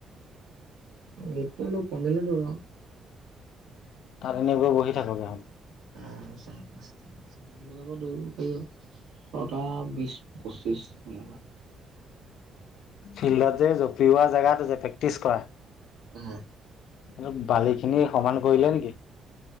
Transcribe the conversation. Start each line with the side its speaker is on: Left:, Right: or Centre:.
Right: ৰ'দটো অলপ কমিলে দৌৰো আৰু।
Left: তাত এনে গৈ বহি থাকগে আও।
Right: অঁ, চাৰে পাঁচটাত। ছয়টামান বজাৰ পৰা দৌৰিব পাৰি আৰু ছটা বিশ পঁচিশ তেনেকুৱাত।
Left: ফিল্ডত যে জঁপিওৱা জেগাটো যে প্ৰেক্টিচ কৰা।
Right: উমহ।
Left: সেইটো বালিখিনি সমান কৰিলে নেকি?